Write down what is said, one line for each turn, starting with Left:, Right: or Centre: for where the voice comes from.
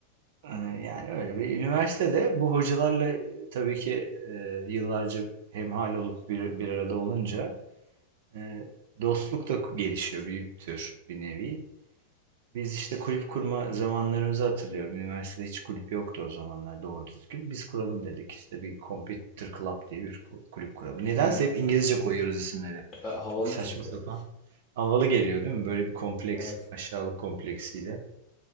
Right: e, yani öyle bir üniversitede bu hocalarla e, tabii ki e, yıllarca hemhal olup bir, bir arada olunca e, dostluk da gelişiyor bir tür bir nevi. Biz işte kulüp kurma zamanlarımızı hatırlıyorum. Üniversitede hiç kulüp yoktu o zamanlar doğru düzgün. Biz kuralım dedik işte bir Computer Club diye bir ku- kulüp kuralım. Nedense
Left: Hı hı.
Right: hep İngilizce koyuyoruz isimleri.
Left: E, havalı
Right: Çok saçma
Left: çünkü.
Right: sapan. Havalı geliyor değil mi? Böyle bir kompleks,
Left: Evet.
Right: aşağılık kompleksiyle.